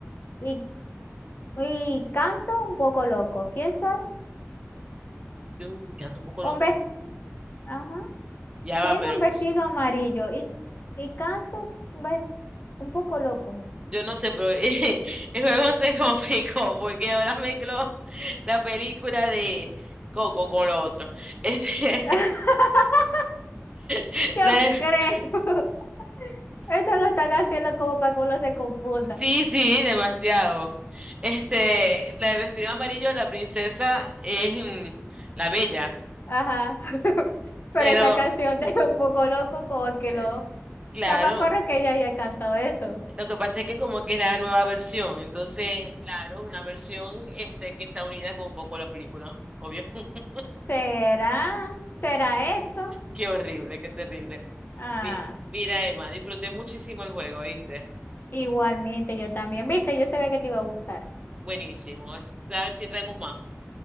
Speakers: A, on the left (about 45°); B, on the right (about 20°).
A: y, y canto un poco loco. ¿Quién soy?
B: Yo canto un poco
A: Un
B: loco.
A: ves- Ajá.
B: Ya
A: Tiene
B: va, pero
A: un vestido amarillo y, y canto un, ve- un poco loco.
B: yo no sé, pero <laughs> eh, el juego se complicó porque ahora mezcló la película de Coco con lo otro. Este,
A: <laughs>
B: <laughs>
A: Yo creo. <laughs> Esto lo están haciendo como para que uno se confunda.
B: Sí, sí, demasiado. Este, la de vestido amarillo, la princesa es mm, la bella,
A: Ajá. <laughs> Pero
B: pero
A: esa canción de un poco loco, como que
B: eh,
A: lo.
B: claro,
A: No me acuerdo que ella haya cantado eso.
B: lo que pasa es que como que es la nueva versión, entonces, claro, una versión este que está unida con, coco la película, obvio. <laughs>
A: ¿Será? ¿Será eso?
B: Qué horrible, qué terrible.
A: Ah.
B: Mi- Mira, Emma, disfruté muchísimo el juego, ¿viste?
A: Igualmente, yo también. ¿Viste? Yo sabía que te iba a gustar.
B: Buenísimo. A ver si traemos más.